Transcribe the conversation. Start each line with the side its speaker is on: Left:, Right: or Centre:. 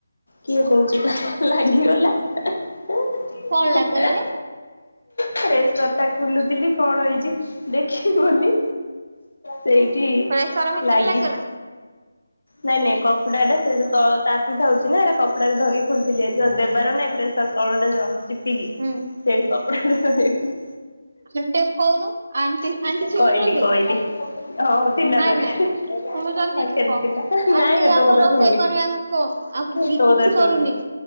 Left: କିଏ କହୁଛି କାହାର ଲାଗିଗଲା ହେ
Right: କଣ ଲାଗିଗଲା
Left: ଏ।
Right: ଲୋ?
Left: ଫ୍ରେଶରଟା ଖୁଲୁଥିଲି କଣ ହେଇଛି ଦେଖିବି ବୋଲି ସେଇଠି
Right: ପ୍ରେସର ଭିତରେ
Left: ଲାଗି
Right: ଲାଗିଗଲା?
Left: ନାଇଁ ନାଇଁ କପଡାଟା ସେ ଯଉ ତଳ ତାତି ଥାଉଛି ନା ଏଇଟା କପଡାରେ ଧରି ଖୋଲୁଥିଲି ଯ ଦେବାର ନାଇଁ ପ୍ରେଶ୍ ର ତଳଟା ଯ ଚିପିକି ସେଇଠି
Right: ହୁଁ
Left: କପଡ଼ାଟା ରହିଗଲା।
Right: ଆଣ୍ଟିକୁ କହୁନୁ ଆଣ୍ଟି ଆଣ୍ଟି ଶୁଣୁଛନ୍ତି?
Left: କହିଲି କହିଲି ହଉ ଥିଲା
Right: ନାଇଁ
Left: ପାଖରେ
Right: ନାଇଁ ଶୁଣୁଛନ୍ତି
Left: ପାଖରେ
Right: <unintelligible> କହ?
Left: ଥିଲା ନାଇଁ
Right: ଆଣ୍ଟି
Left: ନାଇଁ
Right: ୟାକୁ
Left: ତୋ କଥା
Right: ରୋଷେଇ
Left: ଶୁଣୁନି
Right: କରିବାକୁ କହ ଆକୁ ଇଏ
Left: ତୋ କଥା
Right: କିଛି
Left: ଶୁଣୁନି।
Right: କରୁନି